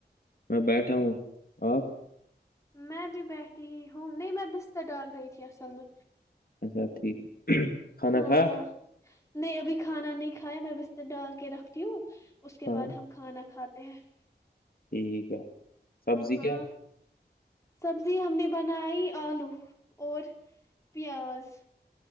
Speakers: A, on the left (about 55°); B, on the left (about 15°).
A: میں بیٹھا ہوں آپ
B: میں بھی بیٹھی ہوں نہیں میں بستر ڈال رہی تھی اصل میں
A: اچھا ٹھیک کھانا
B: ہاں
A: کھا
B: ہاں نہیں ابھی کھانا نہیں کھایا میں بستر ڈال کے رکھتی ہوں اس کے
A: ہاں
B: بعد ہم کھانا کھاتے ت
A: ٹھیک ہے سبزی
B: ہاں
A: کیا
B: سبزی ہم نے بنائی آلو اور پیاز